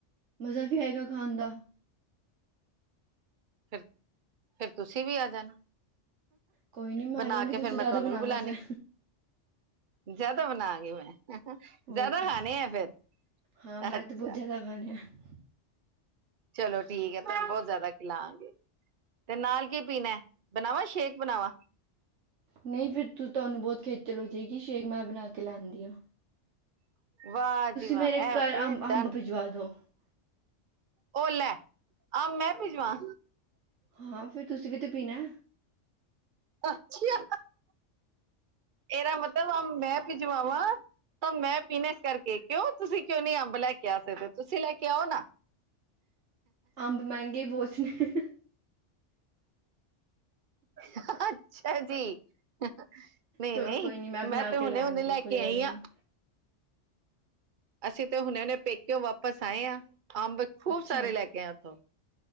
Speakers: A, on the right; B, on the right.
A: ਮਜ਼ਾ ਵੀ ਆਏਗਾ ਖਾਣ ਦਾ।
B: ਫਿਰ ਫੇਰ ਤੁਸੀਂ ਵੀ ਆ ਜਾਣਾ।
A: ਕੋਈ ਨਹੀਂ ਮੈਂ
B: ਬਣਾ
A: ਆ ਜਾਂਗੀ
B: ਕੇ
A: ਤੁਸੀਂ
B: ਫੇਰ ਮੈਂ
A: ਜ਼ਿਆਦਾ
B: ਤੁਹਾਨੂੰ
A: ਬਣਾਉਣਾ
B: ਵੀ ਬੁਲਾਣੀ
A: ਫਿਰ
B: ਜ਼ਿਆਦਾ ਬਣਾਵਗੀ ਮੈਂ ਜ਼ਿਆਦਾ
A: ਹੋਰ ਕੀ
B: ਖਾਣੇ ਆ ਫਿਰ
A: ਹਾਂ ਮੈਂ
B: ਅੱਛਾ।
A: ਤਾਂ <unintelligible>
B: ਚਲੋ ਠੀਕ ਹੈ ਬਹੁਤ ਜ਼ਿਆਦਾ ਖਿਲਾਾਂਗੇ ਤੇ ਨਾਲ ਕੀ ਪੀਣਾ ਐ। ਬਣਾਵਾਾਂ ਸ਼ੇਕ ਬਣਾਵਾਾਂ?
A: ਨਹੀਂ ਫੇਰ ਰ ਤੂੰ ਤੁਵਾਨੂੰ ਬਹੁਤ ਖੇਚਲ ਹੋ ਜੇਗੀ ਸ਼ੇਕ ਮੈਂ ਬਣਾ ਕੇ ਲੈ ਆਨੀ ਆਂ।
B: ਵਾਹ ਜੀ ਵਾਹ
A: ਮੇਰੇ
B: ਐ ਹੁੰਦੀ
A: ਘਰ ਅੰਬ
B: ਏ ਡਨ।
A: <unintelligible>
B: ਓਹ ਲੈ ਆਹ ਮੈਂ ਭਿੱਜਵਾਂ
A: ਹਾਂ ਫੇਰ ਤੁਸੀਂ ਵੀ ਤੇ ਪੀਣਾ।
B: ਅਛਾ ਇਹਦਾ ਮਤਲਬ ਆਮ ਮੈਂ ਭਿਜਵਾਵਾਂ? ਤਾਂ ਮੈਂ ਪੀਣਾ ਇਸ ਕਰਕੇ ਕਿਉਂ ਤੁਸੀਂ ਕਿਉਂ ਨੀ ਅੰਬ ਲੈ ਕੇ ਆ ਸਕਦੇ ਹੋ ਤੁਸੀਂ ਲੈ ਕੇ ਆਓ ਨਾ,
A: ਅੰਬ ਮਹਿੰਗੇ ਬਹੁਤ ਨੇ।
B: ਅੱਛਾ ਜੀ ਨਹੀਂ
A: ਚਲੋ
B: ਨਹੀਂ
A: ਕੋਈ ਬਣਾ
B: ਮੈਂ ਤੇ
A: ਕੇ
B: ਹੁਨੇ
A: ਲਾਂਗੀ
B: ਹੁਨੇ ਲੈ
A: ਕੋਈ
B: ਕੇ ਆਈ
A: ਗੱਲ ਨਹੀਂ
B: ਆਂ। ਅਸੀਂ ਤੇ ਹੁਣੇ ਹੁਣੇ ਪੇਕਿਓ ਵਾਪਸ ਆਏ ਹਾਂ ਅੰਬ ਖੂਬ
A: ਅੱਛਾ
B: ਸਾਰੇ ਲੈ ਕੇ ਆਏ ਉੱਥੋਂ।